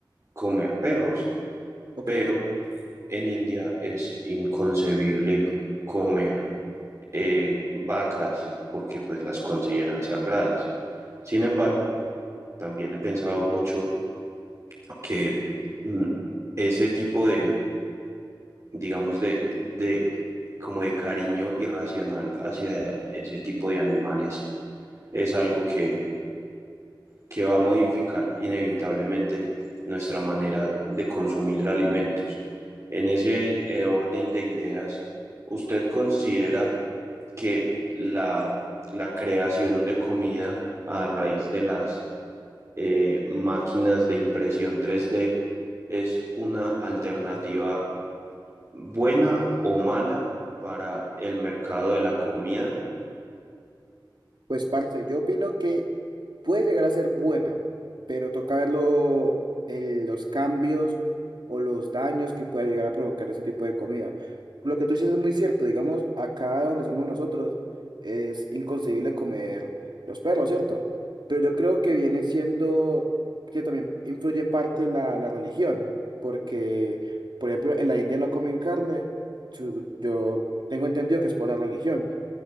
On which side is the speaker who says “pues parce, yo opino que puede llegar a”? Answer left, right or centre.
Right